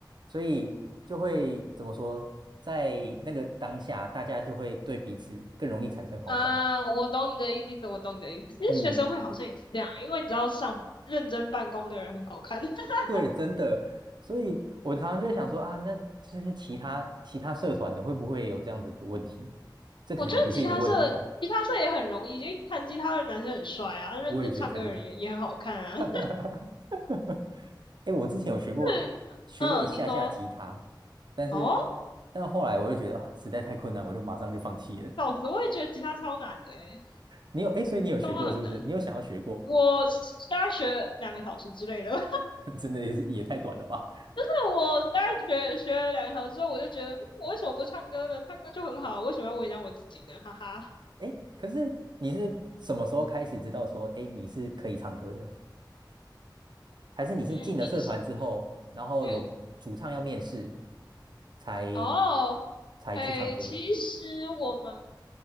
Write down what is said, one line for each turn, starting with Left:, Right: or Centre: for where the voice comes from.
Right: 所以就会怎么说，在那个当下，大家就会对彼此更容易产生好感。
Left: 啊，我懂你的意思，我懂你的意思。其实学生会好像也是这样啊，
Right: 嗯，
Left: 因为你知道上认真办公的人很好看。<laughs>
Right: 对，真的。所以我常常就会想说啊，那就是其他其他社团的会不会有这样子的问题？这可能也不是一个问题啦，
Left: 我觉得吉他社，吉他社也很容易，因为弹吉他的男生很帅啊，认真唱歌的人也也很好看啊。
Right: 我也觉得弹吉他。
Left: <laughs> 就
Right: <laughs> 哎我之前有学过学过一下下吉他，
Left: 是嗯，你说
Right: 但是但后来我就觉得啊，
Left: 哦，
Right: 实在太困难，我就马上就放弃了。
Left: 老子我也觉得吉他超难的欸，
Right: 你有哎，诶所以你有学过是不是？
Left: 当然很难。
Right: 你有想要学过？
Left: 我大概学两个小时之类的吧。
Right: <laughs> 真的也是也太短了吧？
Left: <laughs> 我大概学学了两小时之后，我就觉得，嗯，我为什么不唱歌呢？唱歌就很好，为什么要为难我自己呢？哈哈。
Right: 哎，可是你是什么时候开始知道说，哎，你是可以唱歌的？还是你是进了社团之后，
Left: 嗯，你什
Right: 然后有主唱要面试，
Left: 嗯
Right: 才
Left: 哦，
Right: 才去唱歌？
Left: 哎，其实我们